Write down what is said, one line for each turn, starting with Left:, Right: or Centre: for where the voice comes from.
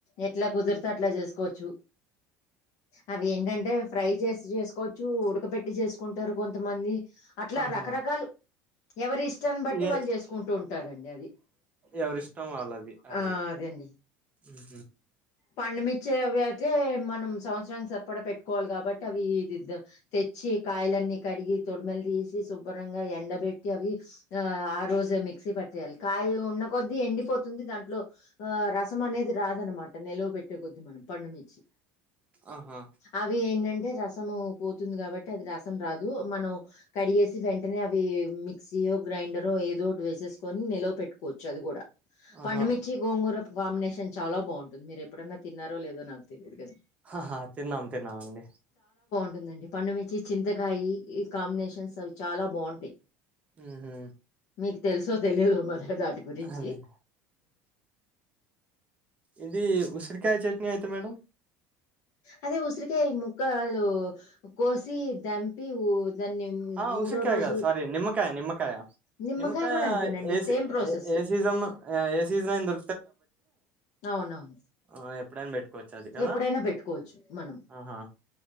Left: ఎట్లా కుదరితే అట్లా చేసుకోవచ్చు. అవి ఏంటంటే ఫ్రై చేసి చేసుకోవచ్చు, ఉడక పెట్టి చేసుకుంటారు కొంతమంది. అట్లా
Right: ఆహా
Left: రకరకాలు ఎవరి ఇష్టాన్ని బట్టి
Right: ఇగ
Left: వాళ్ళు చేసుకుంటూ ఉంటారండి అది.
Right: ఎవరిష్టం వాళ్ళది అదేలే
Left: ఆ అదేండి
Right: ఉహు
Left: పండుమిర్చి అవి అయితే మ నం సంవత్సరానికి సరిపడా పెట్టుకోవాలి కాబట్టి అవి ఇది తెచ్చి కాయలన్నీ కడిగి తొడిమల్ తీ తీసి సుబరంగా ఎండబట్టి అవి ఆ రోజే మిక్సీ పట్టేయాలి కాయ ఉన్న కొద్ది ఎండి ఎండిపోతుంది, దాంట్లో ఆ రసం అనేది రాదనమాట నిల్వ పెట్టేకొద్దీ మనం పండుమిర్చి.
Right: ఆహా
Left: అవి ఏంటంటే రసము పోతుంది కాబట్టి అది రస రాదు మనం కడిగేసి వెంటనే అవి మిక్సీయో, గ్రైండర్ ఏదో ఒకటి వేసేసుకొని నిల్వ పెట్టుకోవచ్చు అది కూడా,
Right: ఆహా
Left: పండుమిచ్చి గోంగూర కాంబినేషన్ చాలా బావుంటుంది. మీరు ఎప్పుడన్నా తిన్నారో లేదో నాకు తెలియదు కానీ.
Right: ఆహా తిన్నాం తిన్నామండి.
Left: ఉంటుందండి. పండుమిచ్చి చింతకాయ ఈ కాంబినేషన్స్ అవి చాలా బావుంటాయి.
Right: ఆహా
Left: మీకు తెలుసో తెలియదో మరి దాటి గురించి.
Right: అదే ఇది ఉసిరికాయ చట్నీ అయితే మేడం.
Left: అది ఉసిరికాయ ముక్కాలు కోసి దంపి ఊ దాన్ని
Right: ఆ
Left: మూడో
Right: ఉసిరికాయ
Left: రోజు
Right: కాదు సారీ నిమ్మకాయ నిమ్మకాయ.
Left: నిమ్మకాయ
Right: నిమ్కా
Left: గూడా అంతేనండి
Right: ఏ
Left: సేమ్ ప్రాసెస్.
Right: ఏ ఏ సీజన్ ఏ సీజన్ అంద
Left: అవునవును
Right: ఆ ఎప్పుడైనా పెట్టుకోవచ్చు అది కదా
Left: ఎప్పుడైనా పెట్టుకోవచ్చు మనం
Right: ఆహా